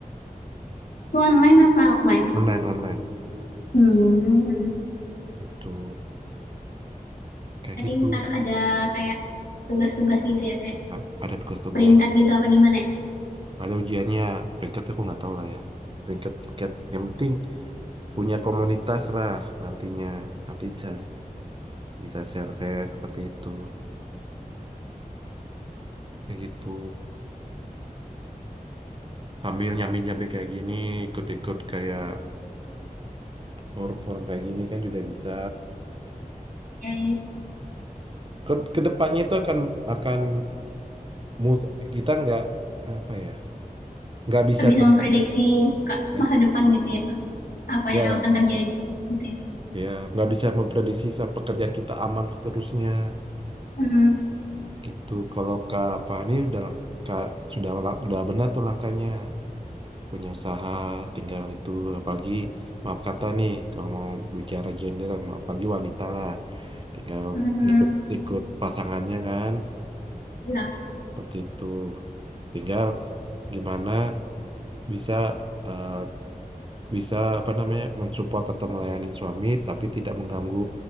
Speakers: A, on the left; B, on the right.
A: Itu online apa offline?
B: Online, online.
A: Hmm.
B: Itu kayak
A: Berarti
B: gitu.
A: ntar ada kayak tugas-tugas gitu ya kayak
B: Nah, Ada tugas-tugas,
A: peringkat gitu apa gimana ya?
B: ada ujiannya. Peringkat aku nggak tahu lah ya. Peringkat, peringkat. Yang penting punya komunitas lah nantinya. Nanti bisa bisa share-share seperti itu. Kayak gitu. Sambil nyambi-nyambi kayak gini, ikut-ikut kayak forum-forum kayak gini kan juga bisa.
A: Ya, ya.
B: Ke, kedepannya itu akan akan mul- kita nggak apa ya nggak bisa
A: nggak bisa
B: ter
A: memprediksi ka-
B: ya
A: masa depan gitu ya apa
B: ya
A: yang akan terjadi gitu ya
B: ya, nggak bisa memprediksi sa- pekerjaan kita aman seterusnya
A: Mhm,
B: gitu kalau Kak Fani udah lang- Kak sudah lang- udah benar tuh langkahnya punya usaha tinggal itu apalagi maaf kata nih kalau mau bicara gender apalagi wanita lah tinggal
A: mhm,
B: ikut ikut pasangannya kan
A: ya
B: seperti itu tinggal gimana bisa eh, bisa apa namanya mensupport atau melayani suami tapi tidak mengganggu